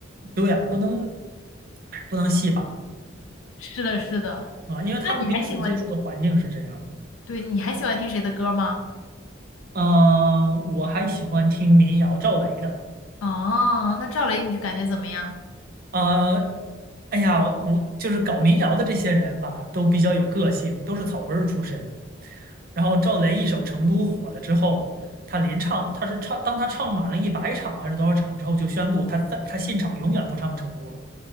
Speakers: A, on the right; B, on the left.
A: 对呀，不能不能戏把
B: <laughs> 是的，是的。
A: 啊，因为他们平时接触的环境是这样。
B: 那你还喜欢，对，你还喜欢听谁的歌吗？
A: 嗯、我还喜欢听民谣赵雷的。
B: 哦，那赵雷你就感觉怎么样？
A: 呃，哎呀，我就是搞民谣的这些人吧，都比较有个性，都是草根儿出身。然后赵雷一首《成都》火了之后，他连唱，他是唱，当他唱满了一百场还是多少场之后，就宣布他在他现场永远不唱《成都》了